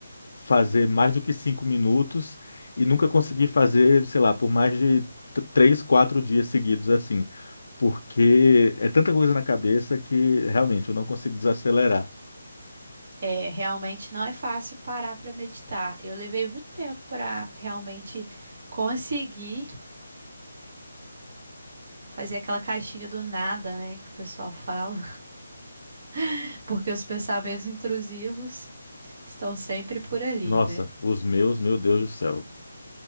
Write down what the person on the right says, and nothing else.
É, realmente não é fácil parar para meditar. Eu levei muito tempo para realmente conseguir fazer aquela caixinha do nada, né, que o pessoal fala, <laughs> porque os pensamentos intrusivos estão sempre por ali,
né?